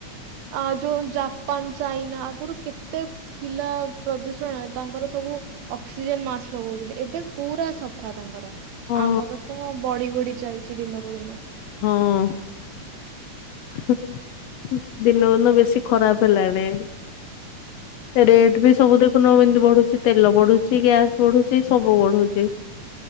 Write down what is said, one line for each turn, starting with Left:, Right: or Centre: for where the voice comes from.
Right: ଆ ଯୋଉ ଜାପାନ ଚାଇନା ଆଗରୁ କେତେ ଥିଲା ପ୍ରଦୂଷଣ ତାଙ୍କର ସବୁ ଅକ୍ସିଜେନ୍ ମାସ୍ ଲଗଉଥିଲେ। ଏବେ ପୁରା ସଫା ତାଙ୍କର।
Left: ହୁଁ
Right: ଆମର ତ ବଢି ବଢି ଚାଲିଚି ଦିନକୁ ଦିନ।
Left: ହଁ। ଦିନକୁ ଦିନ ବେଶୀ ଖରାପ ହେଲାଣି। ରେଟ୍ ବି ସବୁ ଦେଖୁନ ଏମିତି ବଢୁଛି ତେଲ ବଢୁଛି ଗ୍ୟାସ ବଢୁଛି ସବୁ ବଢୁଛି।